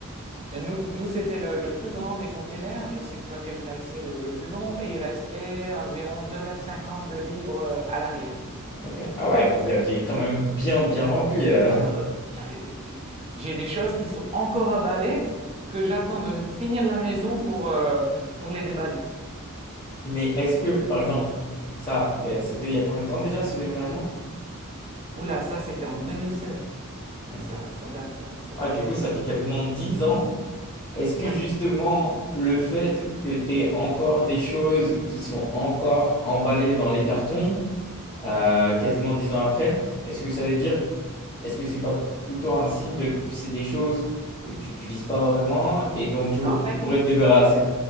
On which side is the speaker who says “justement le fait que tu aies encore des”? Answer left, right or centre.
Left